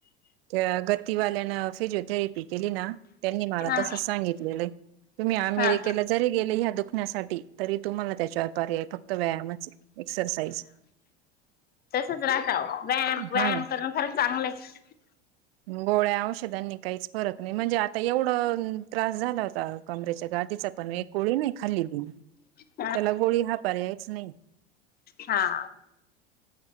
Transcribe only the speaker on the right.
ते गतीवा्या ना फि जोथे. <unintelligible> केली ना त्यांनी मला
तस सांगितलेलं आहे तुम्ही आमेरे
केेला जरी गेल या दुखण्यासाठी तरी तुम्हाला त्याच्या पर्याय फक्त व्यायामच ये‌ एक्ससाइज.
हा
ना
गोळ्या औषधांनी काहीच फरक नाही म्हणजे आता एवढं त्रास झाला होता कमरेच्या गादीचा पण, एक गोळी नाही खाल्लेली.
त्याला गोळी हा, पर्यायच नाही.